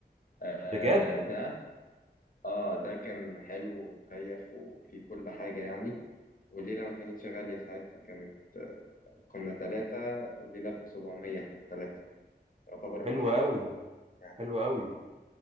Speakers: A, on the left; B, on the right.
A: آه
B: بجد
A: ده اه ده كان حلو ومكيف وفيه كل حاجة يعني والليلة ما كانتش غالية ساعتها كانت كنا تلاتة الليلة بسبعمية احنا التلاتة يعتبر
B: حلو
A: واحد
B: قوي
A: يعني
B: حلو قوي